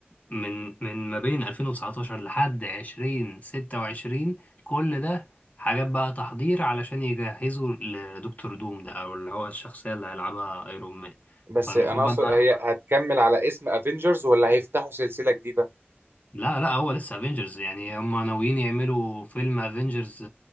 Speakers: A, on the left; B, on the right.
A: من من ما بين 2019 لحد 2026 كل ده حاجات بقى تحضير علشان يجهزوا لدكتور دوم ده او اللي هو الشخصية اللي هيلعبها ايرون مان
B: بس
A: فالمفروض
B: انا اقصد
A: بقى أنا...
B: هي هتكمل على اسم افنجرز ولا هيفتحوا سلسله جديده
A: لا لا هو لسه افنجرز يعني هم ناويين يعملوا فيلم افنجرز